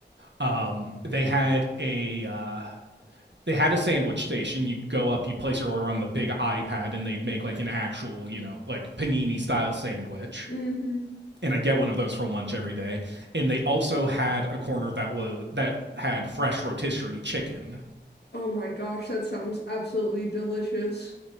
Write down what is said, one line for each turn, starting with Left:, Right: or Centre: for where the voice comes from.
Right: um, they had a uh, they had a sandwich station. You'd go up, you'd place your order on the big iPad, and they'd make like an actual, you know, like panini style sandwich.
Left: hmm
Right: And I get one of those for lunch every day. And they also had a corner that was that had fresh rotisserie chicken
Left: Oh my gosh, that sounds absolutely delicious.